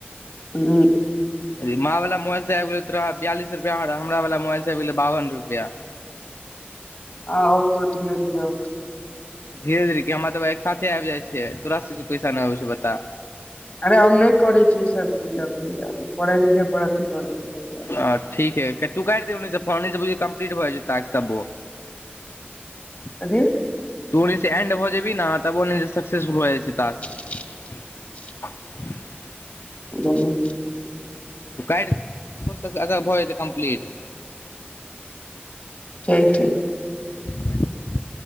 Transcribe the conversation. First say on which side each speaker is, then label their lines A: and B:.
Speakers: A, on the left; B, on the left.
A: हुँ
B: अथी माँ वला मोबइल से आबि गेलौ तोरा बियालिस रुपया आ हमरा वला मोबाइल से आबि गेलौ बावन रुपया
A: आ औतौ धीरे धीरे औतौ
B: धीरे धीरे की हमरा तऽ बुझाइ एक साथे आबि जाइ छै तोरा सबके पैसा नय अबै छौ बता
A: अरे हम नय करै छियै ई सब चीज अभी पढ़इ लिखै पर अथी करै छियै तै दुआरे
B: हँ ठीक हय तू काटि दिही ओनी स फोन कम्प्लीट भऽ जेतै टास्क सबो <inaudible>
A: कथी
B: तू ओनी से एंड भऽ जेबही न तब ओनी से सकसेस फुल भ जाइ छै टास्क
A: <inaudible>
B: <unintelligible>
A: ह <unintelligible>
B: कैट <inaudible> भ जेतै कम्प्लीट
A: <unintelligible> छै
B: ठीके